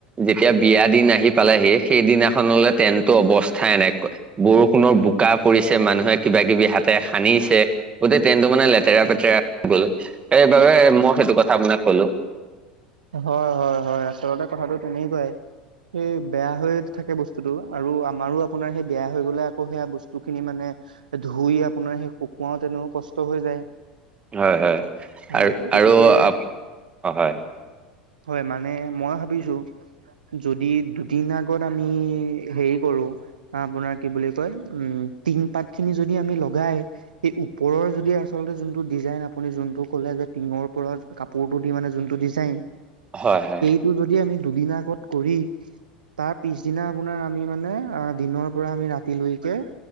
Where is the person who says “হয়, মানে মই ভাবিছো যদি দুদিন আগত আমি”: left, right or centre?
Right